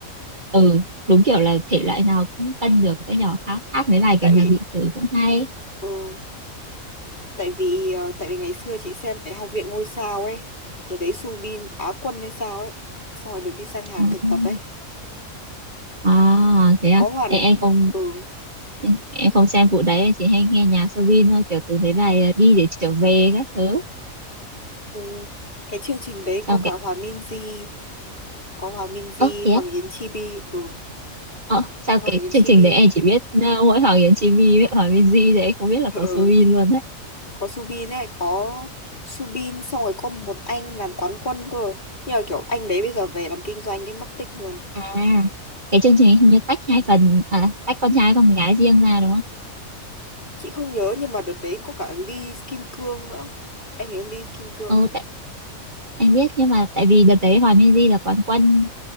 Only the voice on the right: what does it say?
ừ đúng kiểu là thể loại nào cũng cân được ấy nhở hát hát mấy bài
kiểu nhạc
điện tử cũng hay ấy.
à,
à thế à
Ê, em không
em, em không xem vụ đấy em chỉ hay nghe nhạc Soobin thôi kiểu từ mấy bài ờ, đi để trở về các thứ
xong
cái
ơ thế
á
ờ, sao
cái
chương
trình đấy em
chỉ biết ờ, mỗi Hoàng Yến Chi Vi với Hoàng Minh Di thì em không biết là
có Soobin luôn đấy
à cái chương trình hình như tách hai phần à tách con trai con gái riêng ra đúng không
ừ,
tại, em biết nhưng mà tại vì đợt đấy hòa Minh là quán quân